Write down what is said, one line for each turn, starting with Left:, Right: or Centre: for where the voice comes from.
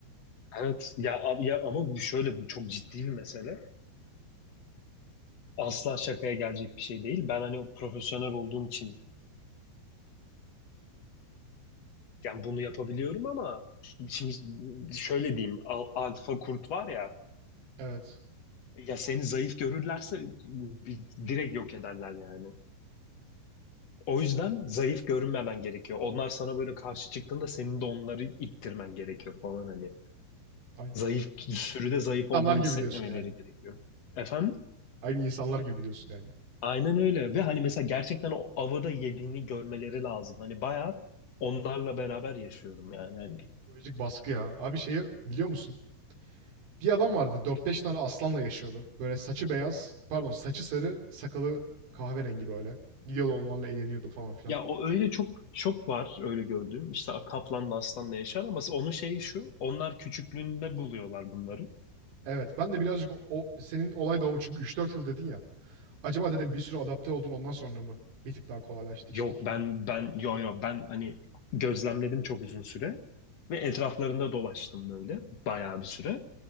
Left: Evet ya, ab- ya ama bu şöyle bu çok ciddi bir mesele. Asla şakaya gelecek bir şey değil. Ben hani profesyonel olduğum için yani bunu yapabiliyorum ama şimdi şöyle diyeyim al- alfa kurt var ya
Right: Evet.
Left: ya seni zayıf görürlerse bi- direkt yok ederler yani. O yüzden zayıf görünmemen gerekiyor. Onlar sana böyle karşı çıktığında senin de onları ittirmen gerekiyor falan hani.
Right: Aynen.
Left: Zayıf sürüde zayıf
Right: İnsanlar
Left: olduğunu
Right: gibi
Left: hissetmemeleri
Right: diyorsun yani.
Left: gerekiyor. Efendim?
Right: Aynı insanlar gibi diyorsun yani.
Left: Aynen öyle ve hani mesela gerçekten o avı da yediğini görmeleri lazım. Hani bayağı onlarla beraber yaşıyorum yani hani.
Right: Psikolojik baskı ya. Abi şeyi biliyor musun? Bir adam vardı dört beş tane aslanla yaşıyordu. Böyle saçı beyaz, pardon saçı sarı, sakalı kahverengi böyle. Gidiyordu onlarla eğleniyordu falan filan.
Left: Ya o öyle çok çok var öyle gördüğüm. İşte kaplanla aslanla yaşar ama onun şeyi şu. Onlar küçüklüğünde buluyorlar bunları.
Right: Evet ben de birazcık o, o- senin olay doğumu çünkü üç dört yıl dedin ya. Acaba dedim bir sürü adapte oldun ondan sonra mı bir tık daha kolaylaştı işler?
Left: Yok ben ben yo yo ben hani gözlemledim çok uzun süre ve etraflarında dolaştım böyle bayağı bir süre.